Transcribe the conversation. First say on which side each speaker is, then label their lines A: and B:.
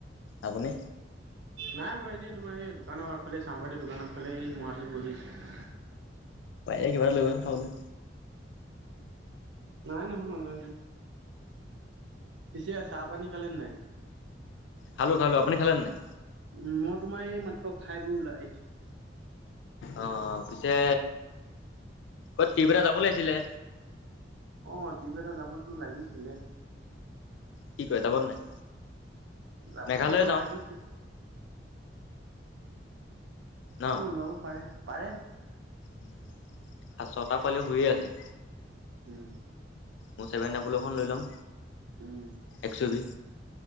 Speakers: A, on the left; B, on the right.
A: আপুনি?
B: নাই মই এনেই তোমাৰ এই দোকানৰ আগফালে চাহমেদৰ দোকানৰ আগফালে মূহা এটালৈ বহি আছো।
A: এ কিবা এটা লৈ আহিব চোন খাবলৈ।
B: নাই নহয় অনলাইন। পিছে চাহ পানী খালে নে নাই?
A: খালো খালো আপুনি খালে নাই?
B: উম মই তোমাৰ এই মাত্ৰ খাই বৈ ওলাই আহিছো।
A: অ পিছে ক'ত ট্ৰিপ এটা যাব লাগিছিলে?
B: অঁ ট্ৰিপ এটা যাবতো লাগিছিলে।
A: কি কয় যাব নে নাই?
B: যাব
A: মেঘালয় যাওঁ
B: লাগিছিল।
A: ন?
B: অ ওলাব পাৰে পাৰে।
A: উম। ছটা পুৱালিও শুয়ে আছে।
B: উম।
A: মোৰ ছেভেন ডাবল এখন লৈ ল'ম,
B: উম
A: একশবি।